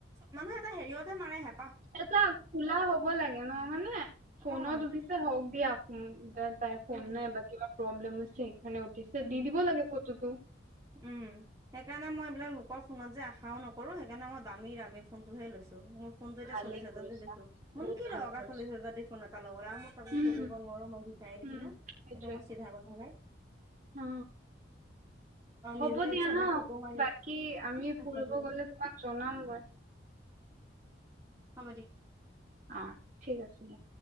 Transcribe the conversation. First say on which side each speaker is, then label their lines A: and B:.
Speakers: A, on the right; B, on the right.
A: মানে এটা হেৰিয়তহে মাৰে হে
B: এটা খোলা হ'ব লাগে ন' মানে ফোনত
A: অ',
B: উঠিছে হওক দিয়া তাইৰ ফোন
A: উম,
B: নাই বা কিবা প্ৰব্লেম হৈছে সেইখনে উঠিছে
A: উম।
B: দি দিব লাগে ফটোটো
A: উম, সেইকাৰণে মই এইবিলাক লোকৰ ফোনত যে আশাও নকৰোঁ সেইকাৰণে মই দামী- দামী ফোনটোহে লৈছো। মই ফোনটো এতিয়া
B: ভালে
A: চল্লিছ হাজাৰ
B: কৰিছা
A: দি লৈছো, মোৰ
B: বহুত
A: নো কি
B: ভাল
A: দৰকাৰ
B: কৰিছা
A: চল্লিছ হাজাৰ দি ফোন এটা লবলে আৰু মই তো
B: উম
A: সুজিব নোৱাৰো নোৱাৰোঁ মই ভিক্ষাৰী নিচিনা
B: উম
A: সেইটো
B: সেইটোৱে
A: মোৰ চিধা কথা ভাই।
B: অ
A: আৰু
B: হ'ব
A: নিজে
B: দিয়া
A: চবে
B: ন'
A: ফটো মাৰিব
B: বাকী
A: অ
B: আমি
A: ঠিক আছে
B: ফুৰিব
A: দিয়া
B: গলে তোমাক জনাম বাৰু
A: হম দে
B: আহ, ঠিক আছে দিয়া।